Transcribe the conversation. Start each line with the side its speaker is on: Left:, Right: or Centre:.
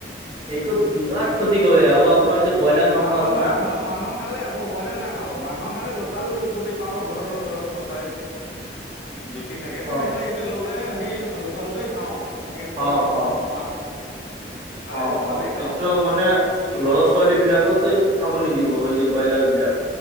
Right: এইটো বিৰাট ক্ষতি কৰে আৰু। আপোনাৰ যে ব্ৰইলাৰ
Left: অ মাংস
Right: আছে না
Left: মাংস-। মাংস খালে মই ব্ৰইলাৰ নাখাওঁ মাংস খালে লোকেল যদি পাওঁ ঘৰৰ ওচৰত কোনোবাই। বিকি থাকে তেনেহলে
Right: অ
Left: সেইটো ল'লে সেই লোকালটোৱে খাওঁ। এনেইটো
Right: অ অ
Left: মাছ খালে
Right: অ
Left: লোকালে
Right: অ
Left: খাওঁ।
Right: এইটো মানে ল'ৰা -ছোৱালী বিলাকত খাব নিদিব এই যে। ব্ৰইলাৰ বিলাক